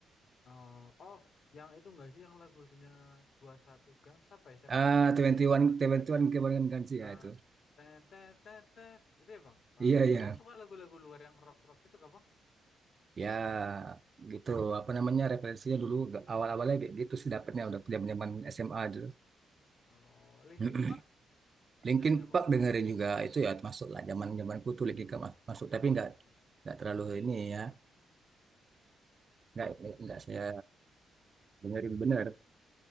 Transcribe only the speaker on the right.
ah
21
21
kebanyakan ganti
ya itu
iya iya
ya gitu apa namanya referensinya dulu awal-awalnya kayak gitu sih dapetnya udah zaman-zaman SMA dulu
<clears throat>
Linkin
Park
dengerin
juga itu ya masuk lah zaman zamanku tuh Linkin Park mas- masuk tapi nggak
nggak terlalu ini ya nggak nggak saya dengerin bener